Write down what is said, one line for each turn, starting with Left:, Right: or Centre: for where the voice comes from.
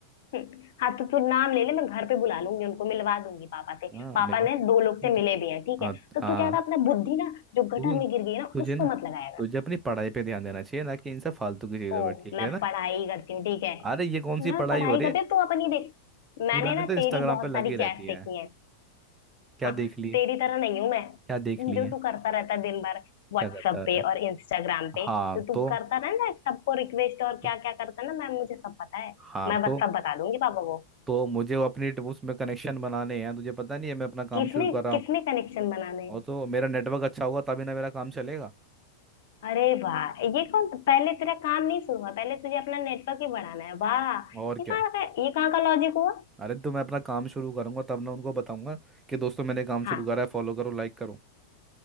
Left: हम्म, हाँ तो तू नाम ले ले मैं घर पे बुला लूंगी उनको मिलवा दूंगी पापा से
Right: हाँ
Left: पापा
Right: मिलो
Left: ने दो लोग
Right: तुझ-
Left: से मिले भी हैं ठीक
Right: हाँ
Left: है तो
Right: हाँ
Left: तू ज्यादा अपना बुद्धि ना जो गटर
Right: तू
Left: में गिर गई है ना
Right: तुझे
Left: उसको
Right: ना
Left: मत लगाया
Right: तुझे
Left: कर
Right: अपनी पढ़ाई पे ध्यान देना चाहिए ना कि इन सब फालतू की चीजों
Left: ओ
Right: पे ठीक
Left: मैं
Right: है ना
Left: पढ़ाई करती हूँ ठीक है
Right: अरे ये कौन
Left: मैं
Right: सी पढ़ाई
Left: पढ़ाई
Right: हो रही
Left: करती
Right: है
Left: हूँ तू अपनी देख
Right: पूरा
Left: मैंने
Right: दिन
Left: ना
Right: तो इंस्टाग्राम
Left: तेरी बहुत
Right: पे लगी
Left: सारी
Right: रहती
Left: चैट
Right: है
Left: देखी है
Right: क्या
Left: हाँ
Right: देख लिए
Left: तेरी तरह नहीं हूं मैं
Right: क्या देख लिए
Left: जो तू करता रहता है दिन भर व्हाट्सएप
Right: क्या करता रहता
Left: पे
Right: है
Left: और इंस्टाग्राम पे
Right: हाँ
Left: जो तू
Right: तो,
Left: करता रहता है सबको रिक्वेस्ट और
Right: तो
Left: क्या क्या करता है ना मैम मुझे सब पता है
Right: हाँ
Left: मैं बस
Right: तो
Left: सब बता दूंगी पापा को
Right: तो मुझे वो अपनी ट- उसमें कनेक्शन बनाने हैं तुझे पता नहीं है मैं अपना काम
Left: किसने
Right: शुरू कर रहा हूँ
Left: किसने कनेक्शन बनाने हैं?
Right: और तो मेरा नेटवर्क अच्छा होगा तभी ना मेरा काम चलेगा
Left: अरे वाह ये कौन पहले तेरा काम नहीं शुरू हुआ पहले तुझे अपना नेटवर्क ही बढ़ाना है वाह
Right: और
Left: ये
Right: क्या
Left: कहाँ का ये कहाँ का लॉजिक हुआ
Right: अरे तो मैं अपना काम शुरू करूंगा तब ना उनको बताऊंगा कि दोस्तों मैंने काम
Left: हाँ
Right: शुरू करा है फॉलो करो लाइक करो